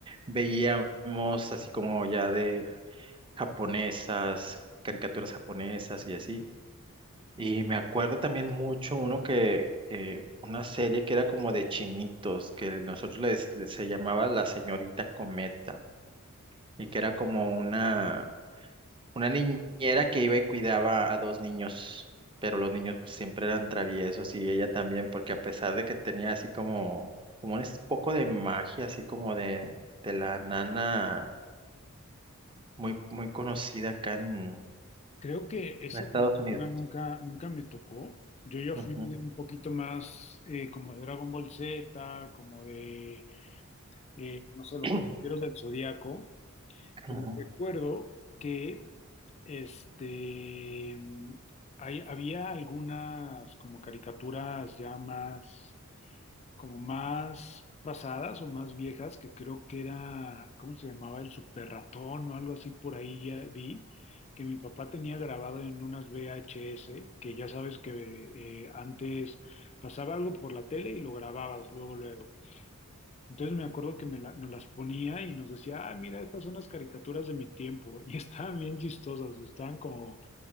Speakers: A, on the right; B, on the left.
A: veíamos así como ya de japonesas, caricaturas japonesas y así. Y me acuerdo también mucho uno que, que una serie que era como de chinitos, que nosotros le dec- le- se llamaba La Señorita Cometa, y que era como una, una niñera que iba y cuidaba a dos niños, pero los niños pues siempre eran traviesos y ella también, porque a pesar de que tenía así como, como un es- poco de magia, así como de, de la nana muy, muy conocida acá en,
B: Creo que esa
A: en Estados
B: caricatura
A: Unidos.
B: nunca, nunca me tocó. Yo ya fui
A: Ujú.
B: medio un poquito más eh, como de Dragon Ball Z, como de, eh, no sé, los
A: <clears throat>
B: Caballeros del Zodíaco. Pero
A: Ujú.
B: recuerdo que este mm, hay- había algunas como caricaturas ya más como más pasadas o más viejas que creo que era, ¿cómo se llamaba? El super ratón o algo así por ahí ya vi que mi papá tenía grabado en unas VHS, que ya sabes que eh, antes pasaba algo por la tele y lo grababas luego luego. Entonces me acuerdo que me la- nos las ponía y nos decía, ah, mira, estas son las caricaturas de mi tiempo. Y <laughs> estaban bien chistosas, estaban como,